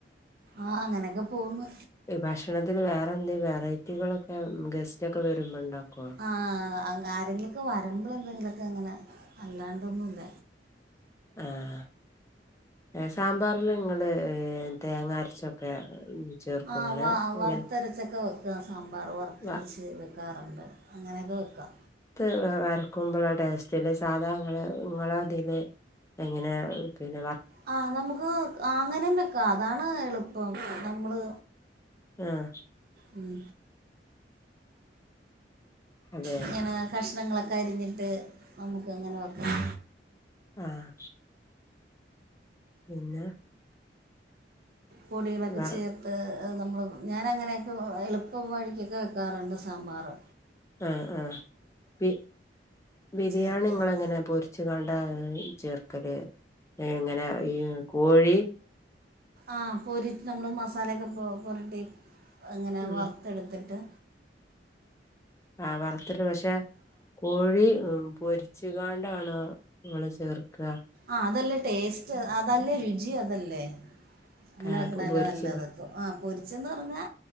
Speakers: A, on the right (about 55°); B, on the left (about 15°).
A: ആഹ് അങ്ങനെയൊക്കെ പോവ്ന്നു.
B: ഈ ഭക്ഷണത്തില് വേറെന്തേൽ വെറൈറ്റികളൊക്കെ ഗസ്‌റ്റൊക്കെ വരുമ്പോ ഇണ്ടാക്കോ
A: ആഹ് അഹ് ആരെങ്കിലൊക്കെ വരുമ്പളെന്തെങ്കിലൊക്കെ അങ്ങനെ അല്ലാണ്ടൊന്നൂല്ല.
B: ആഹ്. ഏഹ് സാമ്പാറില് നിങ്ങള് ഏഹ് തേങ്ങ അരച്ചൊക്കെ ചേർക്കോ
A: ആ
B: ഇങ്ങള്
A: വാ വർത്തരച്ചൊക്കെ
B: എങ്ങനെ
A: വെ ക്ക സാമ്പാറ് വർത്തരച്ച്
B: വ
A: വെക്കാറുണ്ട്. അങ്ങനെക്കെ വെക്കാ
B: ത്ത് വാ വരക്കുമ്പളാ ടേസ്റ്റില് സാധാങ്ങള് ഇങ്ങളതില് എങ്ങനെ പിന്നെ വ
A: ആ നമുക്ക് ആ അങ്ങനെയും വെക്കാം അതാണ് എളുപ്പം. നമ്മള്
B: ആഹ്.
A: ഉം.
B: അതെ
A: ഇങ്ങനെ കഷ്ണങ്ങളൊക്കെ അരിഞ്ഞിട്ട് നമുക്ക് അങ്ങനെ വെക്കാം.
B: ആഹ് പിന്നെ
A: പൊടികളൊക്കെ
B: വർ
A: ചേർ ത്ത് ഏഹ് നമ്മള് ഞാനങ്ങനെയൊക്കെ എളുപ്പം വഴിക്കൊക്കെ വെക്കാറ്ണ്ട് സാമ്പാറ്.
B: ആഹ് ആഹ്, ബി ബിരിയാണിങ്ങളെങ്ങനാ
A: ചേർത്ത്
B: പൊർ രിച്ച്ക്കാണ്ടാ ചേർക്കല് ഏങ്ങനെ ഈ കോഴി
A: ആഹ് പൊരിച്ച് നമ്മള് മസാലൊക്കെ പൊ പൊരട്ടി അങ്ങനെ
B: ഉം
A: വറ് ത്തെട്ത്തിട്ട്
B: ആഹ് വറ്ത്തിട്ട് പക്ഷെ കോഴി ഉം പൊർ ച്ച് കാണ്ടാണോ നിങ്ങള് ചേർക്കാ?
A: ആഹ് അതല്ലേ ടേസ്റ്റ് അതല്ലേ രുചി അതല്ലേ? അങ്ങനെ
B: ആഹ്
A: വെക്ക്ണല്ലേ
B: പൊരിച്ച്
A: നല്ലത്. ആഹ് പൊരിച്ചെന്ന് പറഞ്ഞാ